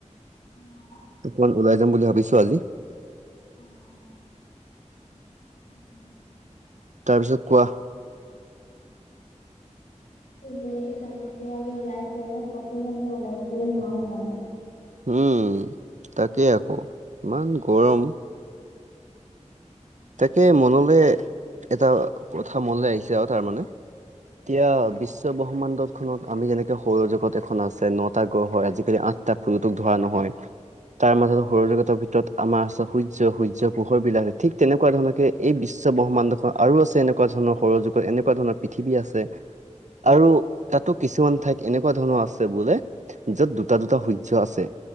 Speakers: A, on the left (about 85°); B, on the right (about 70°).
A: অ'।
B: অকমান ওলাই যাম বুলি ভাবিছো আজি।
A: অ'। <inaudible>
B: তাৰপিছত কোৱা।
A: সেই ডাঙৰকে আজি ওলাইছে কতো মানে ওলাই যাবলৈ নোৱাৰে মানে।
B: উম তাকেই আকৌ ইমান গৰম
A: উম।
B: তাকে মনলৈ এটা কথা মনলৈ আহিছে আৰু তাৰমানে। এতিয়া
A: অ',
B: বিশ্বব্ৰহ্মাণ্ডত খনত আমি যেনেকে সৌৰ জগত এখন আছে নটা গ্ৰহ হয় আজিকালি আঠটা প্লুটোক ধৰা নহয়। তাৰ মাজত সৰু জগতৰ ভিতৰত আমাৰ আছে সূৰ্য সূৰ্য পোহৰ বিলাক ঠিক তেনেকুৱা ধৰণে এই বিশ্ব ব্ৰহ্মাণ্ডখন আৰু আছে এনেকুৱা ধৰণৰ সৌৰ যুগত এনেকুৱা ধৰণ পৃথিৱী আছে। আৰু তাতো কিছুমান ঠাইত এনেকুৱা ধৰণৰ আছে বোলে য'ত দুটা দুটা সূৰ্য আছে।